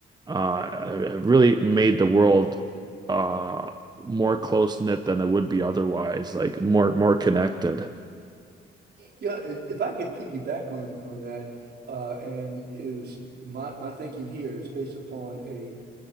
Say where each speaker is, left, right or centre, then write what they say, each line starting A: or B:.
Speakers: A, on the right; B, on the right.
A: uh, have really made the world uh, more close knit than it would be otherwise, like more more connected.
B: Yeah, if, if I could piggyback on on that, uh, and is my my thinking here is based upon a